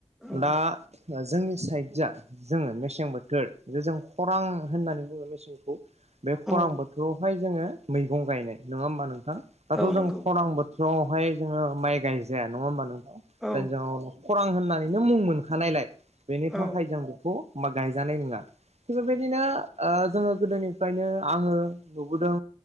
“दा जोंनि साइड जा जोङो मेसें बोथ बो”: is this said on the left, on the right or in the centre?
Right